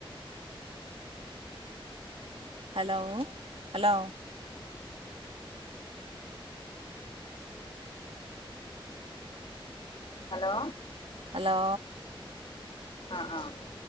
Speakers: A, on the right (about 85°); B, on the left (about 65°).
A: hello hello
B: hello
A: hello
B: ആഹ ആഹ